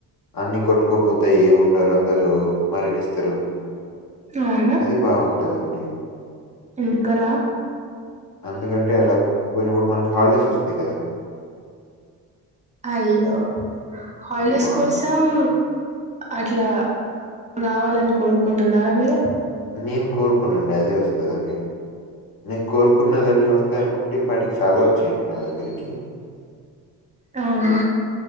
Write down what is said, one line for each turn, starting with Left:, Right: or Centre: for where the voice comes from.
Left: అన్ని కొట్టుకోపోతయి ఏముండరు అందరు మరణిస్తరు
Right: అవును
Left: అది బాగుంటదండి
Right: ఎందుకలా
Left: అందుకంటే అలా పోయినప్పుడు మనకి హల్డేస్ వస్తాయి కదా
Right: అయ్యో హాలిడేస్
Left: అది బావుంటది.
Right: కోసం అట్లా రావాలని కోరుకుంటున్నారా మీరు
Left: నేను కోరుకోనండి అదే వస్తదండి నేను కోరుకున్నదన్ని వస్తాయి అనుకుంటే ఈ పాటికి చాలా వచ్చేయండి నా దగ్గరికి
Right: అవునా